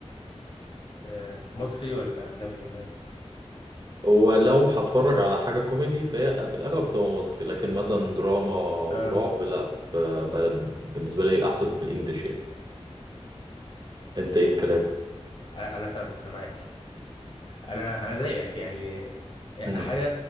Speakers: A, on the left; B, on the right.
A: آه، مصري ولا اجنبي ولا ايه
B: ولو هتفرج على حاجة كوميدي فهي في الأغلب بتبقى مصري لكن مثلا دراما ورعب
A: اه
B: لأ فبل- بالنسبة لي أحسن في الإنجليش يعني أنت إيه الكلام؟
A: انا أنا فاهمك انا معاك انا انا زيك يعني إيه،
B: امم
A: حاجه